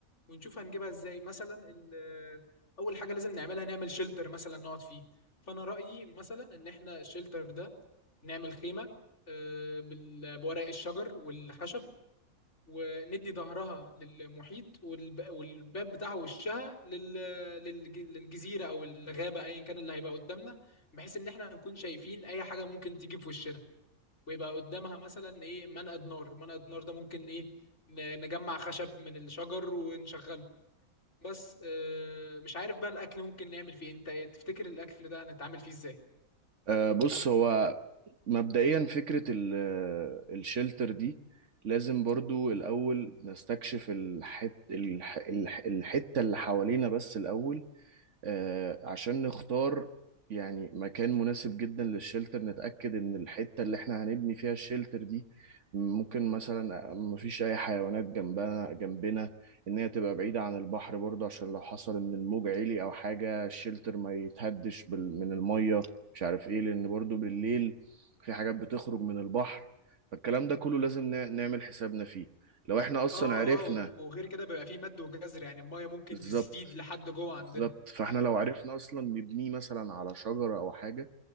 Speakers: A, on the left; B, on the right.
A: ونشوف هنجيبها ازاي مثلا ال- اول حاجه لازم نعملها نعمل شيلتر مثلا نقعد فيه فانا رايي مثلا ان احنا الشيلتر ده نعمل خيمة آه، بال- بورق الشجر والخشب وندي ظهرها للمحيط والب- والباب بتاعها وشها لل- للج- للجزيرة أو الغابة أيا كان اللي هيبقى قدامنا بحيث إن إحنا نكون شايفين أي حاجة ممكن تيجي في وشنا ويبقى قدامها مثلا إيه منقد نار منقد نار ده ممكن إيه ن- نجمع خشب من الشجر ونشغله بس آه، مش عارف بقى الأكل ممكن نعمل فيه إيه. أنت إيه تفتكر الأكل ده هنتعامل فيه إزاي؟
B: أه بص هو مبدئيا فكرة ال- الشلتر دي لازم برضو الأول نستكشف الحت الح الح الحتة اللي حوالينا بس الأول آه، عشان نختار يعني مكان مناسب جدا للشلتر نتأكد إن الحتة اللي إحنا هنبني فيها الشلتر دي ممكن مثلا مفيش أي حيوانات جنبنا جنبنا إن هي تبقى بعيدة عن البحر برضه عشان لو حصل إن الموج عالي أو حاجة الشلتر ما يتهدش بال- من المية مش عارف إيه لأن برضه بالليل في حاجات بتخرج من البحر فالكلام ده كله لازم نا- نعمل حسابنا فيه لو إحنا أصلا
A: اه
B: عرفنا
A: اه وغير كده بيبقى فيه مد وجزر يعني المايه ممكن
B: بالظبط
A: تزيد لحد جوه عندنا
B: بالظبط فاحنا لو عرفنا اصلا نبنيه مثلا على شجرة او حاجة